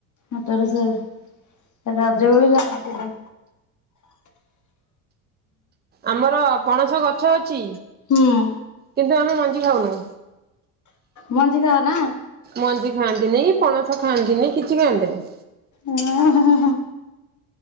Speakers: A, on the left; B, on the right.
A: ହାଟରୁ ସେ ରଜବେଳକୁ ଆଣିଥିଲେ।
B: ଆମର ପଣସ ଗଛ ଅଛି।
A: ହଁ।
B: କିନ୍ତୁ ଆମେ ମଞ୍ଜି ଖାଉନୁ।
A: ମଞ୍ଜି ଖାଅ ନା।
B: ମଞ୍ଜି ଖାଆନ୍ତିନି, ପଣସ ଖାଆନ୍ତିନି କିଛି ଖାଆନ୍ତିନି।
A: ଆଁ, ହଁ ହଁ।